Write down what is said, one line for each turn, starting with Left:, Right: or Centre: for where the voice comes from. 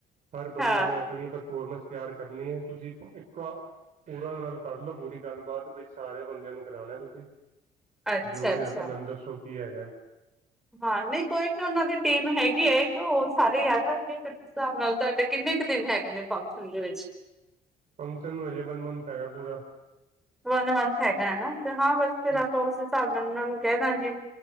Right: ਹਰ ਬੰਦੇ
Centre: ਹਾਂ
Right: ਨੇ ਆਪਣੀ ਪਰਫੋਰਮੈਂਸ ਤਿਆਰ ਕਰਨੀ ਹੈ ਤੁਸੀਂ ਇੱਕ ਪੂਰਾ ਕਰ, ਕਰ ਲਓ ਪੂਰੀ ਗੱਲਬਾਤ ਬਾਈ ਸਾਰੇ ਬੰਦਿਆਂ ਨੂੰ ਕਰਾਉਣੇ ਤੁਸੀਂ
Centre: ਅੱਛਾ
Right: ਜੋ ਵੀ
Centre: ਅੱਛਾ
Right: ਹੋਏਗਾ ਮੈਨੂੰ ਦੱਸੋ। ਕੀ ਹੈਗਾ।
Centre: ਹਾਂ ਨਹੀਂ ਕੋਈ ਨੀ ਉਹਨਾਂ ਦੀ ਟੀਮ ਹੈਗੀ ਹੈ, ਇਕ ਉਹ ਸਾਰੇ ਆ ਜਾਣਗੇ ਫੇਰ ਹਿਸਾਬ ਨਾਲ ਤੁਹਾਡੇ ਕਿੰਨੇ ਕ ਦਿਨ ਹੈਗੇ ਨੇ ਫੰਕਸ਼ਨ ਦੇ ਵਿੱਚ।
Right: ਫੰਕਸ਼ਨ ਨੂੰ ਹਜੇ ਵਨ ਮੰਥ ਹੈਗਾ ਪੂਰਾ।
Centre: ਵਨ ਮੰਥ ਹੈਗਾ ਨਾ ਹੈ, ਤੇ ਹਾਂ ਬਸ ਫਿਰ
Right: ਹੂੰ
Centre: ਆਪਾਂ ਉਸ ਹਿਸਾਬ ਨਾਲ ਉਹਨਾਂ ਨੂੰ ਕਹਿ ਦਾਂਗੇ।